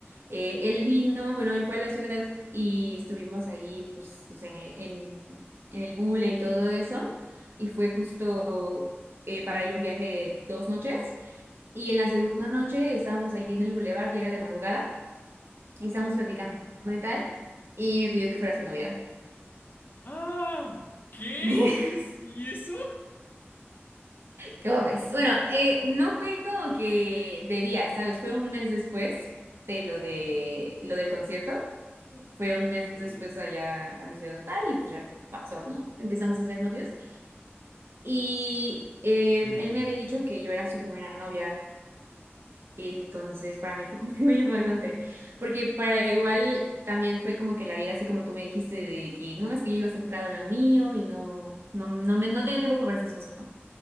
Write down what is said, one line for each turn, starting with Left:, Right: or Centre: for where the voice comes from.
Right: Eh, él vino, bueno, él fue a la ciudad y estuvimos ahí, pues, o sea, en, en el Gule y todo eso. Y fue justo eh, para él un viaje de dos noches. Y en la segunda noche estábamos ahí en el bulevar, ya era de madrugada, y estábamos platicando y tal, y me pidió que fuera su novia.
Left: Ah, ¿qué?
Right: <laughs>
Left: ¿Y, es- y eso?
Right: Qué ves? Bueno, eh, no fue como que de día, ¿sabes? Fue un mes después de lo
Left: Ajá,
Right: de lo del concierto. Fue un mes
Left: ok.
Right: después allá a mi ciudad natal y pues ya pasó, ¿no? Empezamos a ser novios. Y eh,
Left: ok.
Right: él me había dicho que yo era su primera novia. Y entonces para mí fue como <laughs> que muy impactante. Porque para igual también fue como que la vida, así como tú me dijiste, de que no es que yo iba centrado en lo mío y no, no, no me no tenía tiempo para esas cosas, ¿no?